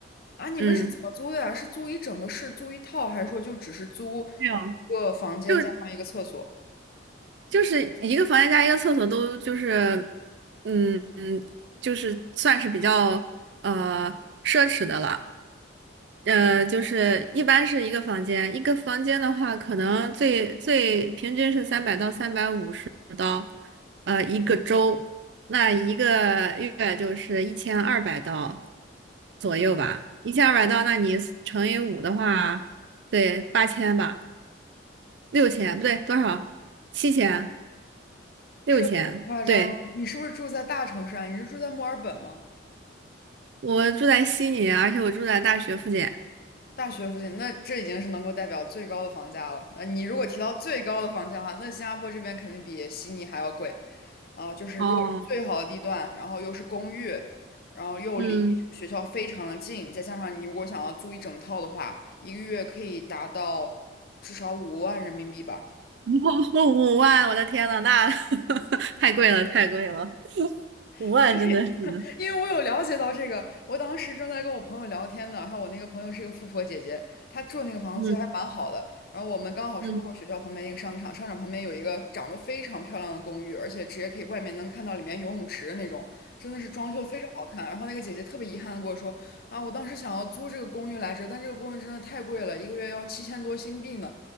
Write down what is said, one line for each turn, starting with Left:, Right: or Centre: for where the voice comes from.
Left: 啊？你们是怎么租的呀？
Right: 嗯，
Left: 是租一整个市，租一套，还是说就只是租一个房间加上一个厕所？
Right: 没有。就就是一个房间加一个厕所都就是，嗯嗯，就是算是比较呃奢侈的了。呃，就是一般是一个房间，一个房间的话，可能最最平均是三百到三百五十刀，呃，一个周，那一个月就是一千二百刀左右吧。一千二百刀，那你乘以五的话，对，八千吧，六千，不对，多少？七千，六千。
Left: 这太夸张了！
Right: 对，
Left: 你是不是住在大城市啊？你是住在墨尔本吗？
Right: 我住在悉尼，而且我住在大学附近。
Left: 大学附近，那这已经是能够代表最高的房价了。那你如果提到最高的房价的话，那新加坡这边肯定比悉尼还要贵啊、就是如果是最好的地段，
Right: 哦，
Left: 然后又是公寓，然后又离学校非常的近，
Right: 嗯，
Left: 再加上你如果想要租一整套的话，一个月可以达到至少五万人民币吧。
Right: <laughs> 五万，我的天呐，那 <laughs> 太贵了，太贵了，
Left: <laughs>
Right: 五万真的是。
Left: 对。因为我有了解到这个，我当时正在跟我朋友聊天呢，还有我那个朋友是一个富婆姐姐，她住那个房子还蛮好的。
Right: 嗯
Left: 然后我们刚好是路过学校旁边一个商场，
Right: 嗯，
Left: 商场旁边有一个长得非常漂亮的公寓，而且直接可以外面能看到里面游泳池的那种，真的是装修非常好看。然后那个姐姐特别遗憾的跟我说，啊，我当时想要租这个公寓来着，但这个公寓真的太贵了，一个月要七千多新币呢。